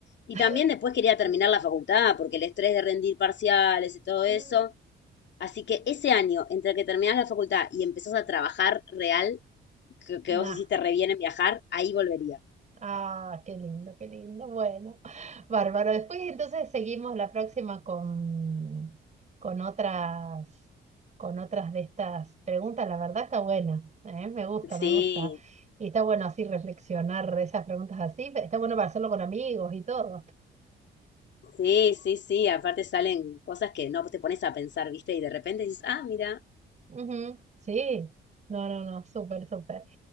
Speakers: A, on the left; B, on the right.
A: Y
B: <laughs>
A: también después quería terminar la facultad, porque el estrés de rendir parciales y todo eso.
B: Mm,
A: Así que ese año, entre que terminás la facultad y empezás a trabajar real, que, que
B: Nah.
A: vos hiciste re bien en viajar, ahí volvería.
B: Ah, qué lindo, qué lindo. Bueno, <laughs> bárbaro. Después entonces seguimos la próxima con, con otras, con otras de estas preguntas. La verdad está buena, ¿eh? Me gusta,
A: Sí,
B: me gusta. Y está bueno así reflexionar de esas preguntas así. Está bueno para hacerlo con amigos y todo.
A: sí, sí, sí. Aparte salen cosas que no te pones a pensar, ¿viste? Y de repente dices, ah, mira,
B: Ujú, Sí. No, no, no, súper, súper.